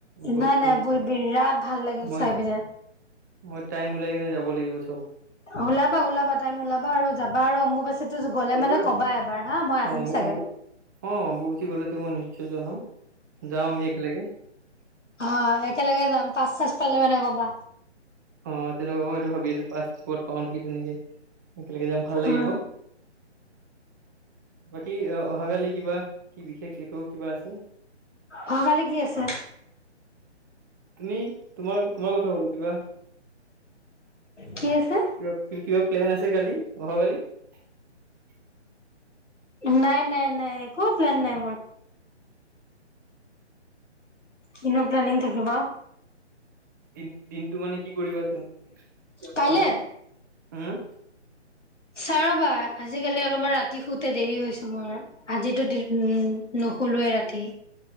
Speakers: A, on the right; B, on the left.
A: বহুত
B: নাই নাই
A: বহুত
B: বৈ বিৰাট ভাল লাগিল
A: মই
B: চাই পিনে।
A: মই টাইম ওলাই কিনে যাব লাগিব চব।
B: ওলাবা ওলাবা টাইম ওলাবা আৰু যাবা আৰু অম্ববাচিটো গ'লে
A: চবৰে
B: মানে কবা এবাৰ হা। মই আহিম
A: অ', অম্ব-অম্ব
B: চাগে।
A: অ', অম্বুবাচীটো গ'লেটো মই নিশ্চয় জনাম। যাম আমি একেলগে
B: অ', একেলগে যাম পাঁচ পালে মানে কবা।
A: অ', তেনেকুৱা মইটো ভাবি আছোঁ পাছপোৰ্ট পাওঁ নেকি তেনেকে। একেলগে যাম ভাল লাগিব।
B: উম
A: বাকী অ, অহা কিবা কি বিশেষ একো কিবা আছে?
B: অহাকালি কি আছে?
A: তুমি তোমাৰ তোমাৰ কথা হ'লোঁ কিবা।
B: কি আছে?
A: কিবা কিবা প্লেন আছে কালি অহা কালি <unintelligible>
B: নাই নাই নাই একো প্লেন নাই মোৰ। হিনোগ্লবিন থাকিব
A: দিন দিনটো মানে কি কৰিবা তুমি ক
B: কাইলে
A: পাব নে হম
B: চাৰবা আজিকালি অলপমান ৰাতি শুতে দেৰি গৈছে মোৰ, আজিটো <inaudible> শুলোৱে ৰাতি।